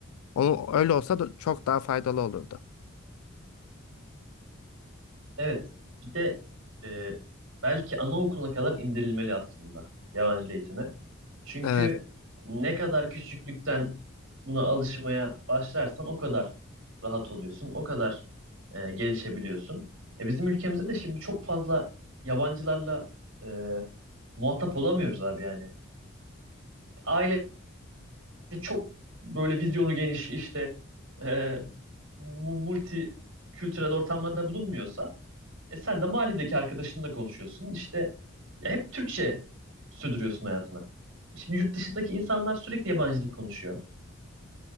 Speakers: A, on the left; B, on the right.
A: O, öyle olsa da çok daha faydalı olurdu.
B: Evet, bir de e, belki anaokuluna kadar indirilmeli aslında yabancı dil eğitimi. Çünkü
A: Evet, Evet.
B: ne kadar küçüklükten buna alışmaya başlarsan o kadar rahat oluyorsun, o kadar e, gelişebiliyorsun. E, bizim ülkemizde de şimdi çok fazla yabancılarla e, muhatap olamıyoruz abi yani. Aile çok böyle vizyonu geniş işte e, bu multi kültürel ortamlarda bulunmuyorsa e sen de mahalledeki arkadaşınla konuşuyorsun. İşte ya hep Türkçe sürdürüyorsun hayatına. Şimdi yurt dışındaki insanlar sürekli yabancı dil konuşuyor.